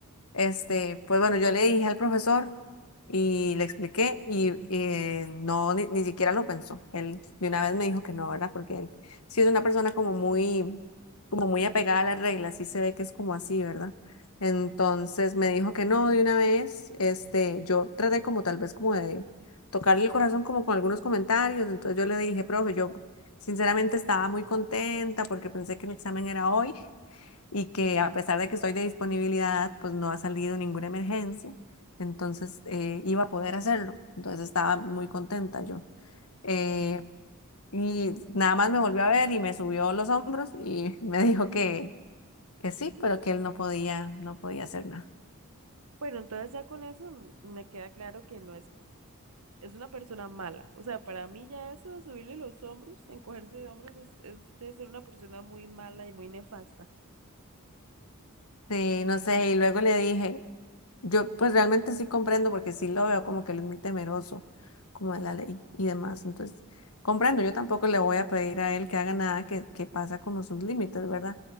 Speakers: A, on the left (about 75°); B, on the right (about 80°).
A: Este, pues bueno, yo le dije al profesor y le expliqué y eh, no, ni, ni siquiera lo pensó. Él de una vez me dijo que no, ¿verdad? Porque él sí es una persona como muy, como muy apegada a las reglas, sí se ve que es como así, ¿verdad? Entonces me dijo que no de una vez. Este, yo traté como tal vez como de tocarle el corazón como con algunos comentarios. Entonces yo le dije, profe, yo sinceramente estaba muy contenta porque pensé que el examen era hoy y que a pesar de que estoy de disponibilidad, pues no ha salido ninguna emergencia, entonces eh, iba a poder hacerlo. Entonces estaba muy contenta yo. Eh, y nada más me volvió a ver y me subió los hombros y <laughs> me dijo que, que sí, pero que él no podía, no podía hacer nada.
B: Bueno, entonces ya con eso mm, me queda claro que no es, es una persona mala. O sea, para mí ya eso de subirle los hombros, encogerse de hombros, es, es de ser una persona muy mala y muy nefasta.
A: Sí, no sé, y luego le dije, yo pues realmente sí comprendo porque sí lo veo como que él es muy temeroso, como de la ley y demás. Entonces, comprendo, yo tampoco le voy a pedir a él que haga nada que, que pasa como sus límites, ¿verdad?